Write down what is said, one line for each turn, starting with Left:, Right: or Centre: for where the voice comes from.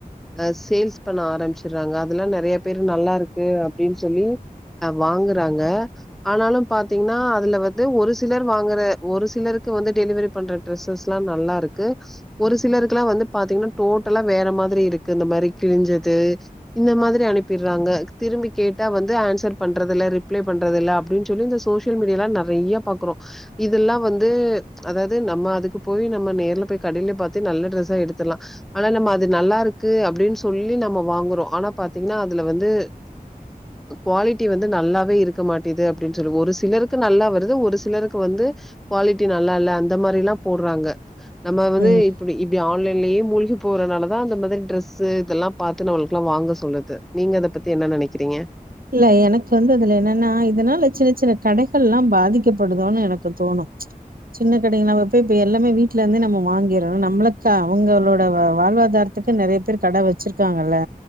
Centre: அ சேல்ஸ் பண்ண ஆரம்பிச்சர்றாங்க அதல்லா நறையா பேரு நல்லா இருக்கு அப்டின் சொல்லி அ வாங்கறாங்க ஆனாலு பாத்திங்ன்னா அதுல வந்து ஒரு சிலர் வாங்கற ஒரு சிலருக்கு வந்து டெலிவரி பண்ற டிரெஸ்ஸஸ்லா நல்லா இருக்கு ஒரு சிலருக்குலா வந்து பாத்திங்ன்னா டோட்டலா வேற மாதிரி இருக்கு இந்த மாரி கிழிஞ்சது இந்த மாதிரி அணுப்பிர்றாங்க திரும்பி கேட்டா வந்து ஆன்சர் பண்றது இல்ல ரிப்ளை பண்றது இல்ல அப்படின்னு சொல்லி இந்த சோசியல் மீடியால நறைய பாக்கறோ இதல்லா வந்து அதாவது நம்ம அதுக்கு போய் நம்ம நேர்ல போய் கடையிலயே பாத்து நல்ல டிரெஸ்ஸா எடுத்துலா ஆனா நம்ம அது நல்லா இருக்கு அப்படின் சொல்லி நம்ம வாங்கறோ அனா பாத்திங்கன்னா அதுல வந்து க்வாலிட் டி வந்து நல்லாவே இருக்க மாட்டிது அப்டின் சொல்லி ஒரு சிலருக்கு நல்லா வருது ஒரு சிலருக்கு வந்து குவாலிட்டி நல்லா இல்ல அந்த மாரிலா போடுறாங்க நம்ம வந்து
Right: ம்
Centre: இப்படி இப் இப்டி ஆன்லைன்லயே மூழ்கி போறனால தா அந்த மாதிரி டிரெஸ்சு இதெல்லா பாத்து நம்மளுக்குலா வாங்க சொல்லுது நீங்க அத பத்தி என்ன நெனக்கறீங்க
Right: இல்ல எனக்கு வந்து அதுல என்னன்னா இதனால சின்ன சின்ன கடைகள்லா பாதிக்கப்படுதோனு எனக்கு தோணு சின்ன கடைனா நம்ம போய் இப்ப எல்லாமே வீட்டுல இருந்தே நம்ம வாங்கிர்றோ நம்மளத்தா அவங்களோட வ வாழ்வாதா த்த நறைய பேர் கட வச்சிருக்காங்கல்ல